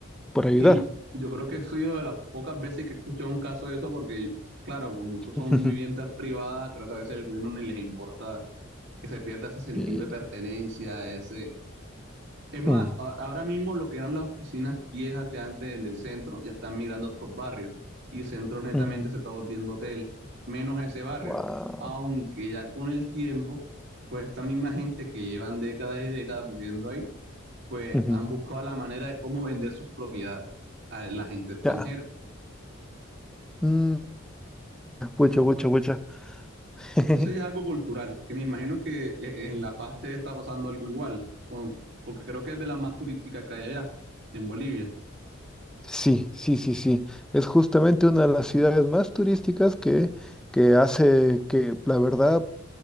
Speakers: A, in the centre; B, on the right (about 60°).
A: por ayudar.
B: y yo creo que he sido de las pocas veces que he escuchado un caso de eso, porque, claro, como eso
A: <laughs>
B: son viviendas privadas, creo que a veces al gobierno ni les importa que se pierda ese sentido
A: Ujú.
B: de pertenencia, ese Es más,
A: Mm,
B: a- ahora mismo lo que eran las oficinas viejas de antes en el centro ya están migrando a otros barrios y el centro netamente
A: mm,
B: se está volviendo hotel, menos ese barrio.
A: Wow.
B: Aunque ya con el tiempo, pues esta misma gente que llevan décadas y décadas viviendo ahí, pues
A: ujú.
B: han buscado la manera de cómo vender sus propiedades a la gente extranjera.
A: Ya. Mm, pucha,
B: Entonces,
A: pucha, pucha. <laughs>
B: entonces ya es algo cultural, que me imagino que eh, en La Paz te está pasando algo igual, bueno, porque creo que es de las más turísticas que hay allá, en Bolivia.
A: Sí, sí, sí, sí, sí. Es justamente una de las ciudades más turísticas que, que hace que la verdad